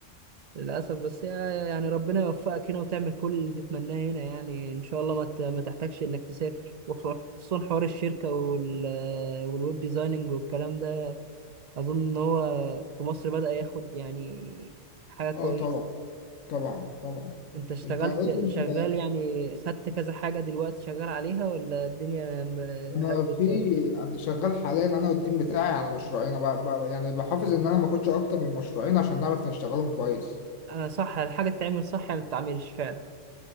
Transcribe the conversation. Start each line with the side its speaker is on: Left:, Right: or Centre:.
Right: للاسف بس هي- يعني ربنا يوفقك هنا وتعمل كل اللي تتمناه هنا يعني ان شاء الله ما ت- ما تحتاجش انك تسافر وخصوصا حوار الشركة وال والويب ديزايننج والكلام ده أظن إن هو في مصر بدأ ياخد يعني حاجة كويسة
Left: اه طبعا طبعا طبعا
Right: أنت اشتغلت
Left: انت قول لي انت
Right: شغال يعني خدت كذا حاجة دلوقتي شغال عليها ولا الدنيا م-
Left: انا
Right: هادية
Left: في
Right: شوية؟
Left: انا شغال حاليا انا والتيم بتاعي على مشروعين أنا ب... ب... يعني بحافظ ان انا ما اخدش اكتر من مشروعين عشان نعرف نشتغلهم كويس
Right: أنا صح الحاجة تتعمل صح يعني ما تتعملش فعلا